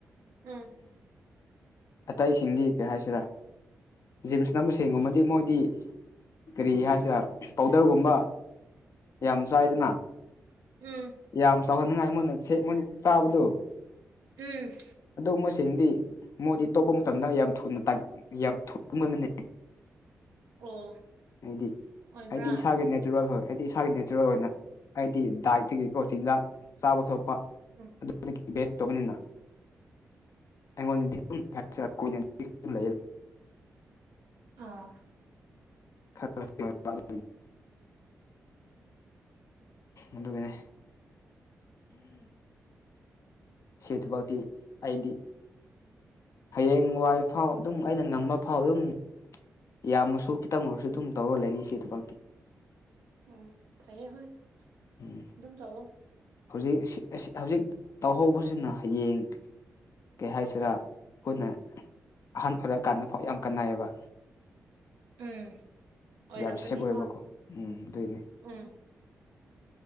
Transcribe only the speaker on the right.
ꯎꯝ
ꯎꯝ
ꯎꯝ
ꯑꯣ
ꯑꯣꯏꯕ꯭ꯔꯥ
ꯎꯝ
ꯑꯣ
ꯑꯣ ꯐꯩꯌꯦ ꯍꯣꯏ
ꯑꯗꯨꯝ ꯇꯧꯑꯣ
ꯎꯝ ꯑꯣꯏꯔꯛꯀꯅꯤ
ꯍꯣꯏ
ꯎꯝ